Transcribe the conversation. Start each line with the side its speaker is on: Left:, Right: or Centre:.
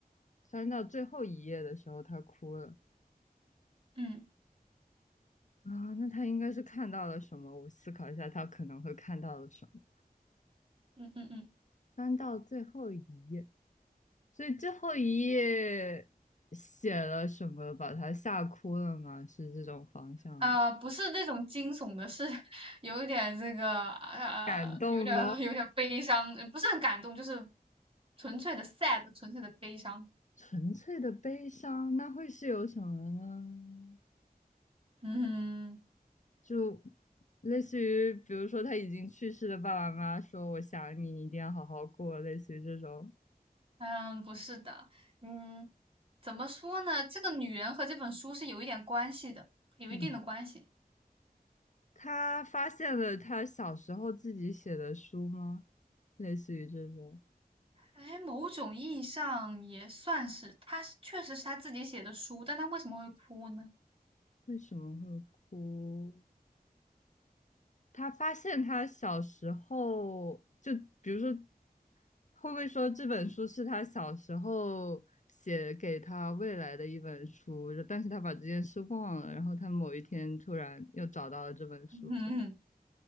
Left: 翻到最后一页的时候，他哭了
Right: 嗯
Left: 啊，那他应该是看到了什么？我思考一下，他可能会看到了什么。
Right: 嗯嗯嗯。
Left: 翻到最后一页，所以最后一页写了什么，把他吓哭了吗？是这种方向吗
Right: 呃，不是那种惊悚的，是 <laughs> 有一点这个呃，
Left: 感动的，
Right: 有点儿有点儿悲伤，呃不是很感动，就是纯粹的 sad，纯粹的悲伤。
Left: 纯粹的悲伤，那会是有什么呢？
Right: 嗯
Left: 就类似于，比如说他已经去世的爸爸妈妈说：“我想你，你一定要好好过。”类似于这种。
Right: 嗯，不是的，嗯，怎么说呢？这个女人和这本书是有一点关系的，有一定的关系。
Left: 嗯，他发现了他小时候自己写的书吗？类似于这种，
Right: 哎，某种意义上也算是，她是确实是她自己写的书，但她为什么会哭呢？
Left: 为什么会哭？他发现他小时候，就比如说，会不会说这本书是他小时候写给他未来的一本书，但是他把这件事忘了，然后他某一天突然又找到了这本书，
Right: <laughs> 嗯
Left: 这